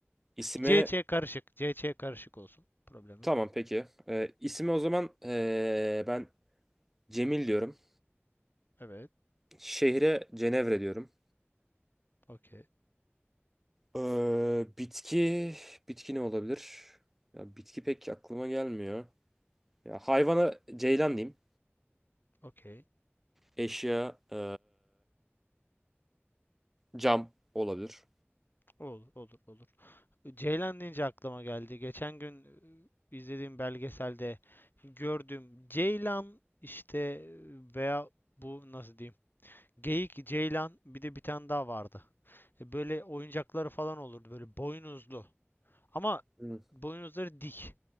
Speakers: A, in the centre; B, on the left.
A: isime...
B: CC karışık. C C karışık olsun. Problemi.
A: Tamam peki. E, isime o zaman e, ben Cemil diyorum.
B: Evet.
A: Şehre Cenevre diyorum.
B: Okey.
A: E, bitki... Bitki ne olabilir? Ya bitki pek aklıma gelmiyor. Ya hayvana ceylan diyeyim.
B: Okey.
A: Eşya e, cam olabilir.
B: Olur. Olur. Olur. Ceylan deyince aklıma geldi. Geçen gün e, izlediğim belgeselde gördüm. Ceylan işte e, veya bu nasıl diyeyim? Geyik, ceylan bir de bir tane daha vardı. E, Böyle oyuncakları falan olurdu. Böyle boynuzlu. Ama
A: Hı.
B: boynuzları dik.